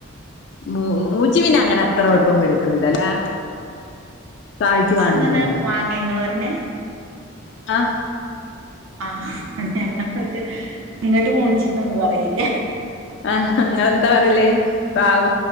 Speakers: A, on the left; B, on the right.
A: മൂ മൂച്ചി പിന്നെ അങ്ങനെ അത്ര കൊയപ്പം പിടിക്കൂലല്ലേ താഴ്ച്ചു
B: മൂച്ചിങ്ങനെ
A: കാണില്ലല്ലോ
B: മാങ്ങ ഇങ്ങള് പറേണ്
A: അഹ്
B: ആഹ് ഞങ്ങ ഇങ്ങോട്ട് മൂച്ചിന്നൊന്നും പറയില്ല
A: ആഹ് നിങ്ങൾ എന്താ പറയല് പാവ്